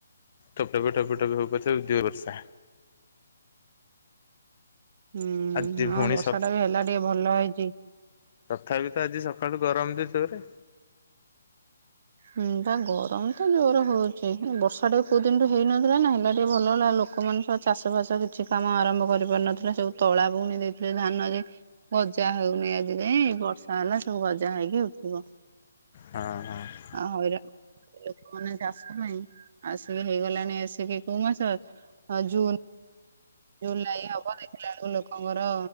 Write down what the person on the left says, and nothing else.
ଠୋପ ଠୋପେ ଠୋପେ ଠୋପେ ହଉ ପଛେ ଜୁର୍ ବର୍ଷା।
ଆଜି
ପୁଣି
ସ
ତଥାପି ତ ଆଜି ସକାଳୁ ଗରମ ଯେ ଜୋର୍ ରେ।
ହଁ ହଁ।